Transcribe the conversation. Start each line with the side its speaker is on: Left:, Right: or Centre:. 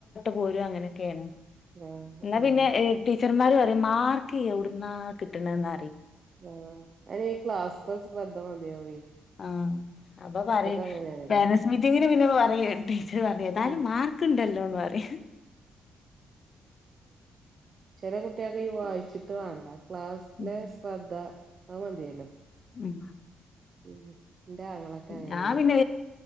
Left: പോരും അങ്ങനൊക്കെ എന്ന
Right: ആഹ് ആഹ്
Left: പിന്നെ ടീച്ചർറന്മാർ പറയും മാർക്ക് അവിടുന്ന് കിട്ടണെന്ന
Right: ആഹ് അ ക്ലാസ് ത ശ്രദ്ധ മതിയാവും
Left: ആ അപ്പൊ പറയ
Right: അങ്ങനെയാണല്ലോ
Left: പാരൻറ്സ് മീറ്റിങ്ങിന് പിന്നെ പറയാ പറതായാലും
Right: ഉം
Left: മാർക്ക്ണ്ടല്ലോന്ന് പറയാ
Right: ചെല കുട്ടിയൊക്കെ ഈ വായിച്ചിട്ട് വേണ്ട ക്ലാസ്സിലെ
Left: ഉം
Right: ശ്രദ്ധ അ മതിയല്ലോ
Left: ഉം
Right: ഉം എന്റെ അങ്ങളൊക്കെ അങ്ങനെയാണ്
Left: ഞാൻ പിന്നെ